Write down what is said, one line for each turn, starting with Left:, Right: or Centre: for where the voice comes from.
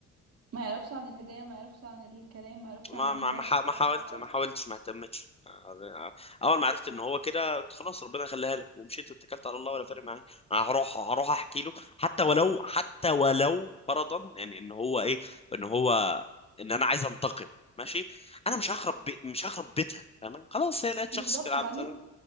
Right: ما يعرفش عن الهدية ما يعرفش عن الكلام ما يعرفش
Left: ما
Right: عن المرشح
Left: ما ما حا- ما
Right: اللي
Left: حاولت
Right: كانت بعتها
Left: ما حاولتش ما اهتمتش آه، اول ما عرفت ان هو كده قلت خلاص ربنا يخليها لك ومشيت واتكلت على الله ولا فارق معايا انا هروح هروح احكي له حتى ولو حتى ولو فرضا يعني ان هو ايه ان هو ان انا عايز انتقم ماشي انا مش هخرب بي... مش هخرب بيتها فاهم خلاص هي لقيت
Right: بالظبط
Left: شخص كده عبد
Right: وبعدين